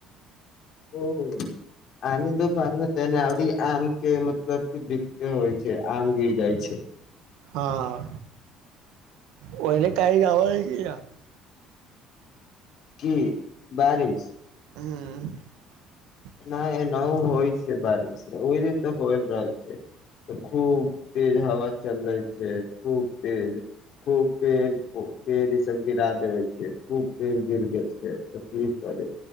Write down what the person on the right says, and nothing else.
हँ ओहिने कइ गब ल ग
हँ <inaudible>